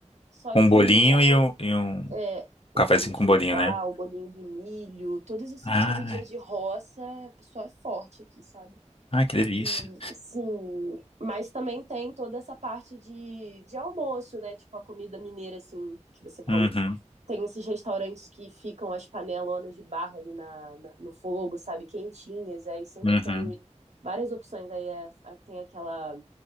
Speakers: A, on the right; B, on the left.
A: Só
B: Com
A: que
B: um bolinho e um, e um
A: é, o
B: cafezinho
A: bolinho de
B: com
A: fubá,
B: bolinho, né?
A: o bolinho de milho, todas essas
B: Ah,
A: comidinhas de roça, o pessoal é forte aqui, sabe?
B: ai, que delícia.
A: E sim, mas também tem toda essa parte de, de almoço, né? Tipo a comida mineira, assim, que você come.
B: Uhum,
A: Tem esses restaurantes que ficam as panelonas de barro ali na, na- no fogo, sabe? Quentinhas, aí sempre
B: uhum.
A: tem várias opções. Aí é- aí tem aquela